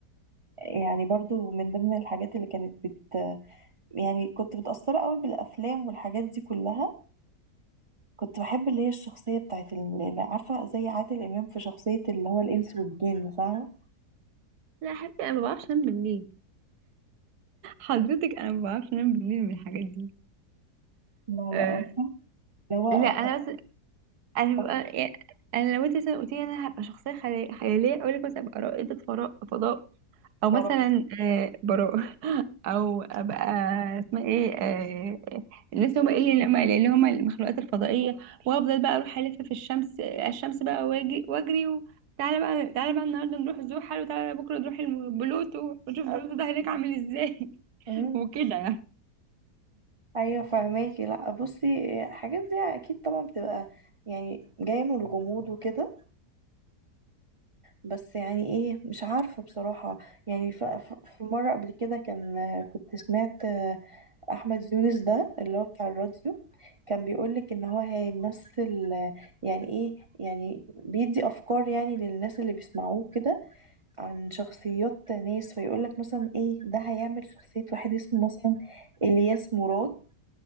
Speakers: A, on the right (about 35°); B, on the right (about 70°).
A: يعني برضو من ضمن الحاجات اللي كانت بت يعني كنت متأثرة قوي بالأفلام والحاجات دي كلها كنت بحب اللي هي الشخصية بتاعت ال- اللي عارفة زي عادل إمام في شخصية اللي هو الإنس والجن فاهمة؟
B: لا يا حبيبتي انا ما بعرفش انام بالليل حضرتك انا ما بعرفش انام بالليل من الحاجات دي
A: لا لا
B: أه
A: عارفة اللي هو ع-
B: لا انا بس انا
A: أبو
B: ببقى يعني انا لو انت مثلا قلت لي انا هبقى شخصيه خيال- خياليه اقول لك مثلا ابقى رائده فراء فضاء او
A: الفراعنة.
B: مثلا أه براء او ابقى اسمها ايه أه الناس اللي هم ايه اللي هم اللي هم المخلوقات الفضائيه وافضل بقى اروح الف في الشمس آه، الشمس بقى واجي واجري و... تعالى بقى تعالى بقى النهارده نروح زحل وتعالى بكره نروح الم- بلوتو ونشوف بلوتو ده هناك عامل ازاي <laughs>
A: أمم،
B: وكده يعني.
A: أيوة فهماكي لا بصي الحاجات دي أكيد طبعا بتبقى يعني جاية من الغموض وكده بس يعني ايه مش عارفة بصراحة يعني ف- ف- في مرة قبل كده كان كنت سمعت احمد يونس ده اللي هو بتاع الراديو كان بيقولك ان هو هيمثل آه، يعني ايه يعني بيدي افكار يعني للناس اللي بيسمعوه كده عن شخصيات ناس فيقولك مثلا ايه ده هيعمل شخصية واحد اسمه مثلا الياس مراد